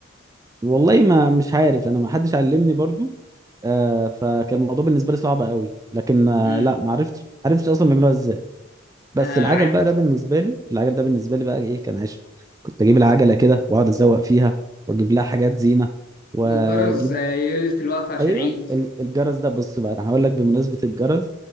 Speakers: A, on the right; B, on the left.
A: والله ما مش عارف انا ما حدش علمني برضو آه فكان الموضوع بالنسبه لي صعب قوي لكن آه
B: امم
A: لا ما عرفتش عرفتش اصلا بيعملوها ازاي بس
B: آه
A: العجل
B: ع-
A: بقى ده بالنسبه لي العجل ده بالنسبه لي بقى ايه كان عشق كنت اجيب العجله كده واقعد ازوق فيها واجيب لها حاجات زينه واجيب
B: والجرس آه، ليله الوقفه عشان
A: ايوه
B: العيد
A: ال- الجرس ده بص بقى انا هقول لك بمناسبه الجرس